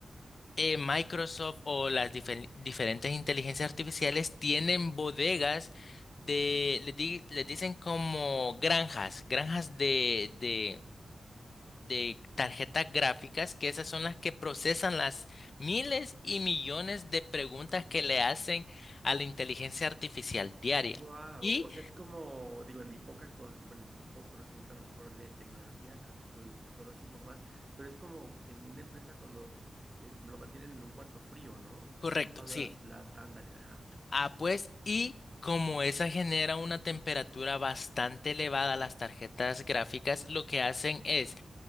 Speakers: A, on the left; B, on the right.
A: eh, Microsoft o las difer- diferentes inteligencias artificiales tienen bodegas de, les, di- les dicen como granjas, granjas de, de, de tarjetas gráficas, que esas son las que procesan las miles y millones de preguntas que le hacen a la inteligencia artificial diaria.
B: Wow,
A: Y,
B: o sea, es como, digo, en mi poca con, bueno, mi poco conocimiento a lo mejor de tecnología, creo que tú conoces un poco más, pero es como en una empresa cuando eh, lo mantienen en un cuarto frío, ¿no?
A: correcto,
B: Todas
A: sí.
B: las, las, ándale, ajá,
A: Ah, pues, y como esa genera una temperatura bastante elevada, a las tarjetas gráficas lo que hacen es